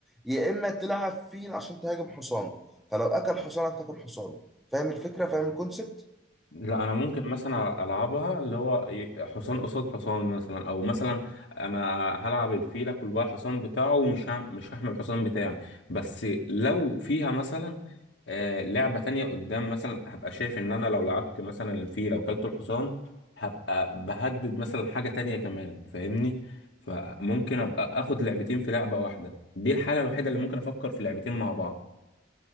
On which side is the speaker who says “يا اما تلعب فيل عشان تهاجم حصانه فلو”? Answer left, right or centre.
Centre